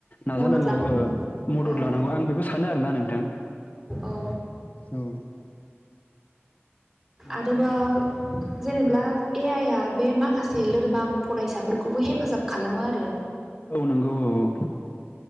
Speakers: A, on the left; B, on the right.
A: नाजानांगौ
B: मदद लानांगौ औ
A: मदद
B: औ
A: लानांगौ आं बेखौ सानो आरोना नोंथां
B: औ
A: औ माने
B: आरोबाव
A: जोङो
B: जेनेब्ला
A: ओ
B: ए आइ आ बे मा खासे लोरबां फरायसाफोरखौबो हेफाजाब खालामो आरो
A: औ नंगौ औ औ